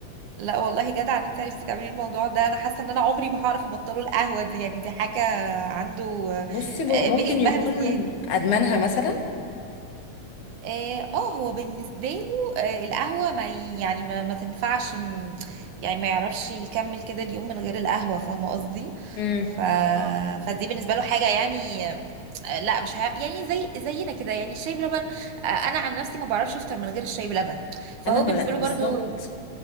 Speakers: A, on the right (about 85°); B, on the left (about 80°).
A: لا والله جدع ان انت عرفتي تعملي الموضوع ده انا حاسه ان انا عمري ما هعرف ابطله القهوه دي يعني دي حاجه عنده
B: بصي ب-
A: آه،
B: ممكن
A: بيحبها
B: يكون
A: <laughs> بزياده
B: ادمانها مثلا
A: اه آه، هو بالنسبة له آه القهوة ما ي- يعني ما, ما تنفعش م- يعني ما يعرفش يكمل كده اليوم من غير القهوة فاهمة قصدي
B: امم
A: ف... اه فدي بالنسبة له حاجة يعني آه، لا مش ه... يعني زي زينا كده يعني الشاي بلبن آه انا عن نفسي ما بعرفش افطر من غير الشاي بلبن فهو
B: انا ما
A: بالنسبة له
B: بالظبط
A: انا برضو برضه